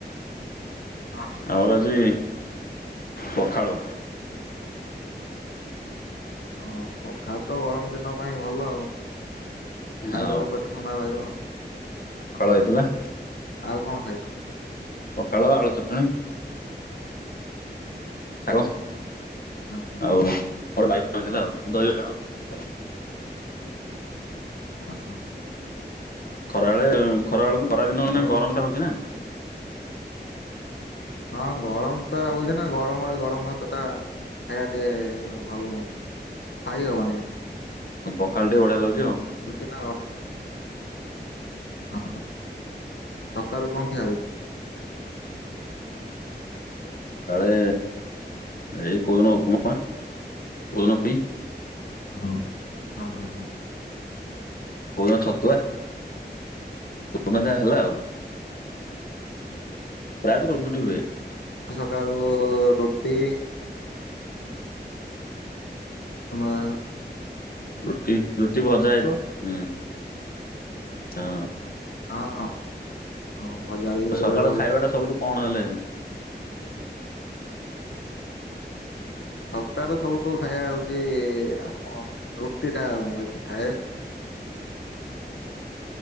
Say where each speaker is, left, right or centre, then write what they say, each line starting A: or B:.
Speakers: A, on the left; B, on the left.
A: ହଁ
B: ଆମର ଆଜି? ପଖାଳ।
A: ହଁ ପଖାଳ ତ ଗରମ ଦିନ ପାଇଁ ଭଲ ଆଉ। ଖାଇଦେଲେ
B: ଆଉ
A: ପେଟ ଥଣ୍ତା ରହିବ।
B: ଖାଳ ହେଇଥିଲା।
A: ଆଉ କଣ ଖାଇଲ?
B: ପଖାଳ ଆଳୁ ଚଟଣି। ଶାଗ।
A: ହଁ
B: ଆଉ
A: ହଁ
B: ବାଇଗଣ ହେଇଥିଲା ଦହି ବାଇଗଣ। <unintelligible>
A: ଅ ହଁ ହଁ।
B: ଖରାବେଳେ ଖରାବେଳକୁ ଖରାଦିନ
A: ଆଉ
B: ଦିନ ମାନେ ଗରମଟା ହୋଉଚି ନା।
A: ହଁ ଗରମଟା ହୋଉଚି ନା ଗରମରେ ଗରମ ଭାତଟା ଖାଇବା ଟିକେ ଭଲ ନୁଁ। ଖାଇ ହବାନିି।
B: ପଖାଳଟି ବଢିଆ ଲାଗୁଚି ଆଉ।
A: କି ନଅ ହଁ ସକାଳୁ କଣ ଖିଆ ହୋଉଚି?
B: ସକଳେ ଏଇ କୋଉଦିନ ଉପମା କୋଉଦିନ ପୁରୀ।
A: ହ ଅହ ହଁ।
B: କୋଉଦିନ ଛତୁଆ ଦିନ ଯାହା ହେଲା ଆଉ। ପ୍ରାୟତ ରୁଟି ଫୁଟି ହୁଏ।
A: ଆଉ ସକାଳୁ ରୁଟି ଆମର
B: ରୁଟି ରୁଟି ଭଜା ହେଇଥିବ ହୁଁ। ହଁ।
A: ଅ ହୋଉ। ହଁ ଭଜା ବି ବେଳେବେଳେ
B: ସକାଳ
A: ହୋଉଚି।
B: ଖାଇବାଟା ସବୁଠୁ କଣ ହେଲେ
A: ସକାଳ ସବୁଠୁ ଖାଇବା ହୋଉଚି ଆମର ରୁଟିଟା ମୁଁ ବେଶୀ ଖାଏ।